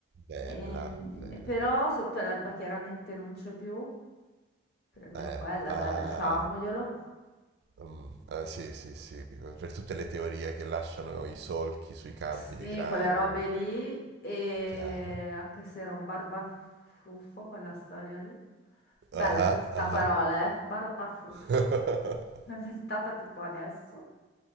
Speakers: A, on the right (about 60°); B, on the left (about 55°).
A: Bella,
B: ehm,
A: bella.
B: però sotto l'erba chiaramente non c'è più, per almeno
A: Eh,
B: quella,
A: ah,
B: dai, lasciamoglielo.
A: mm, eh, sì, sì, sì, per tutte le teorie che lasciano i solchi sui campi
B: Sì,
A: di grano,
B: quelle robe lì, e
A: chiaro?
B: anche se era un barbafruffo quella storia lì. Bella
A: Ah,
B: questa
A: ah,
B: parola, eh? Barbafruffo.
A: ah. <laughs>
B: L'ho inventata tipo adesso.